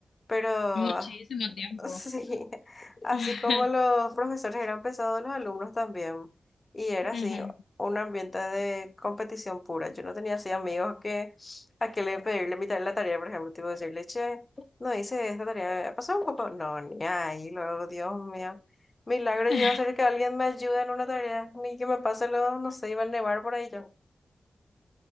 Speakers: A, on the left (about 30°); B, on the left (about 85°).
A: pero
B: Muchísimo tiempo.
A: <laughs> Sí, así
B: <laughs>
A: como los profesores eran pesados, los alumnos también. Y era
B: Ujú.
A: así, un ambiente de competición pura. Yo no tenía así amigos que a que le pedirle mitad de la tarea, por ejemplo, tipo decirle, che, no hice esta tarea, pasó un poco. No, ni ahí, luego, Dios mío. Milagro
B: <laughs>
A: yo iba a ser que alguien me ayude en una tarea, ni que me pase lo, no sé, iba a nevar por ahí yo.